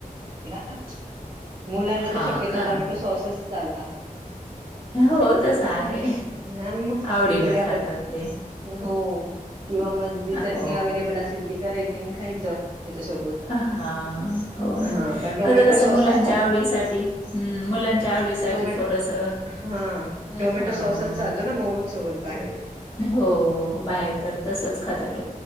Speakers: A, on the right (about 40°); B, on the left (about 25°).
A: <unintelligible> मुलांना
B: हां
A: तर शक्यतो
B: का?
A: टोमॅटो सॉसच चालता.
B: हो तस आहे,
A: हा मग
B: आवडीन
A: ते थोडे आपल्या
B: खातात ते.
A: हो किंवा मग जी चटणी
B: हो.
A: अवे्लेबल असेल ती करायची खायचं त्याच्यासोबत.
B: हा हो
A: हा
B: ना
A: पण टोमॅटो
B: फक्त कस
A: सॉसच
B: मुलांच्या
A: खाता
B: आवडीसाठी हम् मुलांच्या आवडीसाठी.
A: टोमॅ
B: साठी थोडंसं
A: हा
B: अ,
A: टोमॅटो
B: हां.
A: सॉसच चालतो ना मोमोज सोबत बाहेर.
B: हो, हो बाहेर तर तसच खातात.